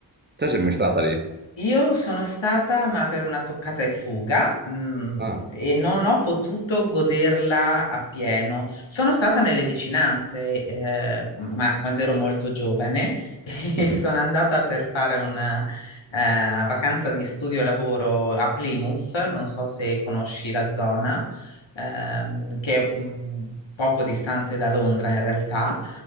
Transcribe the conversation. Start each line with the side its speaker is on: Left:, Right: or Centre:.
Right: Te sei mai stata lì?
Left: Io sono stata, ma per una toccata e fuga, mh,
Right: Ah,
Left: e non ho potuto goderla appieno. Sono stata nelle vicinanze, eh, ma quando ero molto giovane, <laughs> e
Right: mhm.
Left: sono andata per fare una, eh, vacanza di studio e lavoro a Plymouth, non so se conosci la zona, ehm, che è mh, poco distante da Londra in realtà.